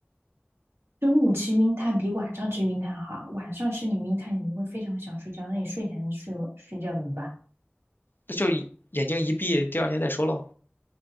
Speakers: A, on the right; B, on the left.
A: 中午吃晕碳比晚上吃晕碳好啊晚上吃你晕碳你会非常想睡觉，那你睡前睡睡觉怎么办？
B: 那就一眼睛一闭，第二天再说喽。